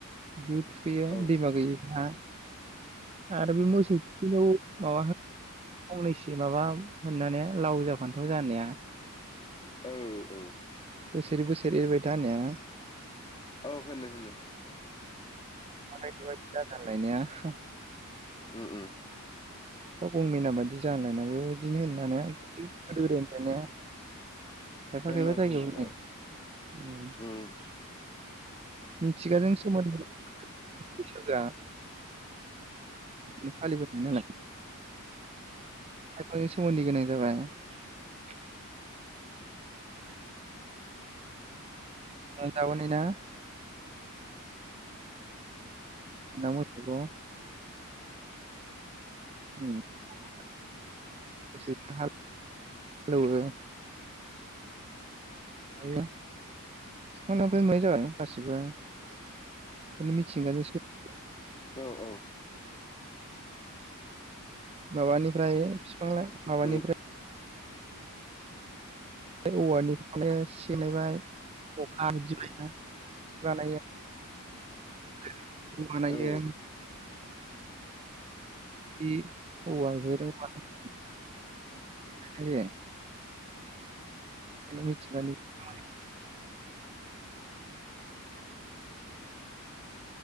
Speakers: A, on the right (about 25°); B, on the left (about 20°).
A: थुखैयो
B: औ
A: दैमा गैयैफ्रा आरो बे मोसौ खियाव माबा फंनैसो माबा होननानै लाव जा फान्थाव जा होननाया
B: औ औ।
A: बोसोर बोसोर एरबाय था होननाया
B: औ होनो होनो।
A: <unintelligible>
B: उम उम।
A: फिफा गंमेना बायदि जा होनलायनाया बेबायदिनो होनो ने गोदो गोदायनिफ्रायनो खायफा
B: होनो
A: खायफा जायगायाव
B: होनो
A: होनो
B: औ उम
A: मिथिगाजों सोमोन्दो बैसागोआ <inaudible> फालिबोनाय नालाय। <unintelligible> जाबोनाय ना <unintelligible> मोसौखौ <unintelligible> हायो <unintelligible> जाबाय गासिबो बेखौनो मिथिंगाजों सोमोन्दो
B: औ औ
A: माबानिफ्राय फिफां ना माबानिफ्राय
B: नों
A: <unintelligible>
B: औ
A: <unintelligible>